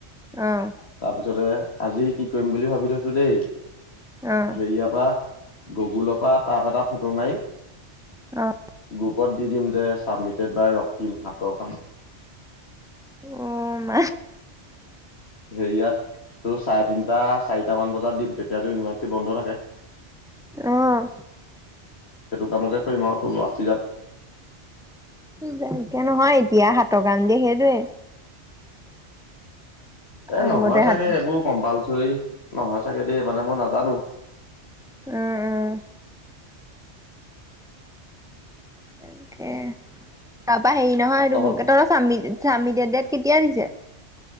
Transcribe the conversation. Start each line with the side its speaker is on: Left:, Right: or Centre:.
Centre: অ'
Left: তাৰপিছতে আজি কি কৰিম বুলি ভাবি থৈছো দেই,
Centre: অ'
Left: হেৰিয়া পা গগুলৰ পৰা তাপ এটা ফটো মাৰি
Centre: অ'
Left: গ্ৰুপত দি দিম যে ছাবমিটেড বাই ৰক্তিম হাতৰ কাম।
Centre: উ ম
Left: সেয়াত তোৰ চাৰে তিনটা চাৰিটা মান বজাত দিম তেতিয়াতো ইউনিভাৰ্চিটি বন্ধ থাকে।
Centre: অ'
Left: সেইটো কামকে কৰিম আৰু তোৰ আচি যাত
Centre: <unintelligible> এতিয়া নহয় এতিয়া সাতৰ কাম দিয়ে সেইটোৱে
Left: এ
Centre: আগতে
Left: নহয় চাগে
Centre: হাত
Left: এইবোৰ কম্পালচ চৰি নহয় চাগে দেই মানে মই নাজানো।
Centre: অ' অ' তাকে, তাৰপা হেৰি নহয় এইটো
Left: তহঁত
Centre: কি তহঁতৰ চাম্মি চাম্মিদে দেত কেতিয়া দিছে?